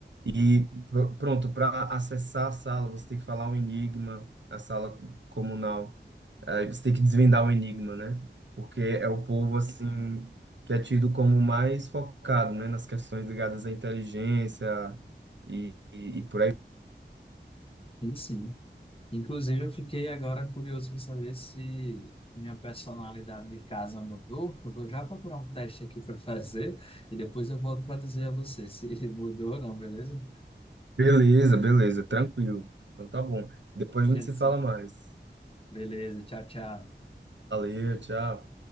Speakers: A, on the right; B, on the left.
A: E pr- pronto, para acessar a sala, você tem que falar um enigma, a sala comunal. Aí você tem que desvendar o enigma, né? Porque é o povo, assim, que é tido como mais focado, né? Nas questões ligadas à inteligência e, e, e por aí.
B: Sim, sim. Inclusive, eu fiquei agora curioso para saber se minha personalidade de casa mudou. Eu vou já procurar um teste aqui para fazer e depois eu volto para dizer a você se <laughs> mudou ou não, beleza?
A: Beleza, beleza, tranquilo. Então tá bom. Depois
B: A
A: a
B: gente
A: gente se fala
B: se...
A: mais.
B: Beleza, tchau, tchau.
A: Valeu, tchau.